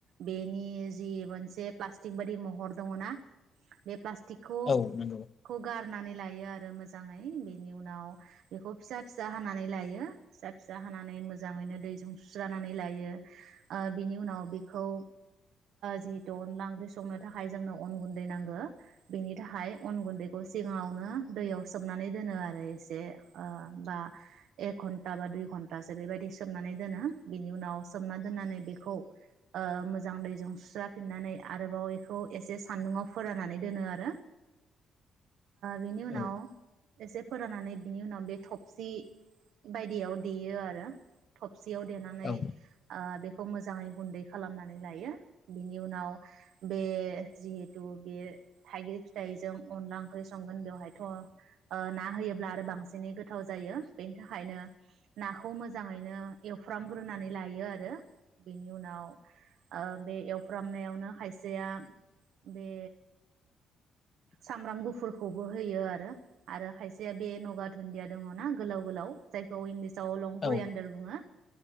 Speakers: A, on the right; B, on the left.
A: बेनि जि मोनसे प्लास्टिक बादि महर दङ ना बे प्लास्टिक सिख'
B: औ नंगौ
A: ख गार <unintelligible> नानै लायो आरो मोजाङै बेनि उनाव बेखौ फिसा फिसा हानानै लायो फिसा फिसा हानानै मोज जाङैनो दैजों सुस्रानानै लायो बिनि उनाव बिखौ जिहेतु अनला ओंख्रि संनो थाखाय जोंनो अन गुन्दै नांगो बेनि थाखाय अन गुन्दैखौ सिगाङावनो दैयाव सोमनानै दोनो आरो एसे बा एक घन्टा बा दुइ घन्टासो बेबायदि सोमनानै दोनो बे बिनि उनाव सोमना दोननानै बेखौ ओ मोजां दैजों सुस्राफिननानै आरोबाव बेखौ एसे सान्दुङाव फोराननानै दोनो आरो बिनि उनाव
B: औ
A: एसे फोराननानै बिनि उनाव बे थबसि बायदियाव देयो आरो थबसियाव देनानै
B: औ
A: ओ बे खौ मोजाङै गुन्दै खालामनानै लायो बिनि उनाव बे जिहेथु बे थाइगिर फिथाइजों अनला ओंख्रि संगोन बेवहाय थ ना होयो होब्ला आरो बांसिनै गोथाव जायो बेनि थाखायनो नाखौ मोजाङैनो एवफ्रामग्रोनानै लायो आरो बेनि उनाव बे एवफ्रामनायावनो खायसेया बे सामब्राम गुफुरखौबो होयो आरो आरो खायसेया बे नगा दुन्दिया दङ ना गोलाव गोलाव जायखौ इंलिस जाव लं करियानदार
B: औ
A: बुङो